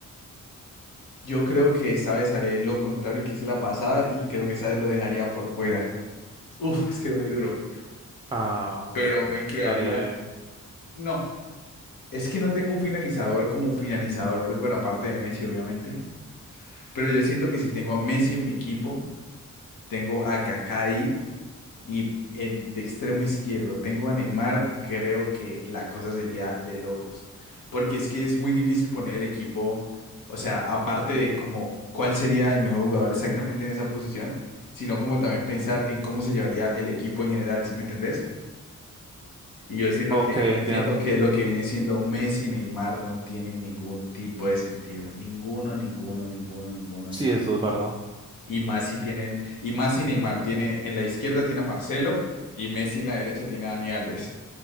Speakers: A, on the left; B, on the right.
A: yo creo que esta vez haré lo contrario que hice la pasada y creo que esta vez lo dejaría por fuera. Uf, es que es muy duro,
B: Ah,
A: pero me quedaría,
B: estaría bien.
A: no. Es que no tengo un finalizador como finalizador, Brett, bueno, aparte de Messi, obviamente. Pero yo siento que si tengo a Messi en mi equipo, tengo a Kaká ahí y en de extremo izquierdo tengo a Neymar, creo que la cosa sería de locos. Porque es que es muy difícil poner el equipo, o sea, aparte de como cuál sería el mejor jugador exactamente en esa posición, sino como también pensar en cómo se llevaría el equipo en general, ¿sí me entendés? Y yo siento
B: Ok,
A: que,
B: entiendo.
A: siento que lo que viene siendo Messi y Neymar no tiene ningún tipo de sentido. Ninguno, ninguno, ninguno, ninguno,
B: Sí,
A: ninguno.
B: eso es verdad.
A: Y más si tienen, y más si Neymar tiene, en la izquierda tiene a Marcelo y Messi en la derecha tiene a Dani Alves.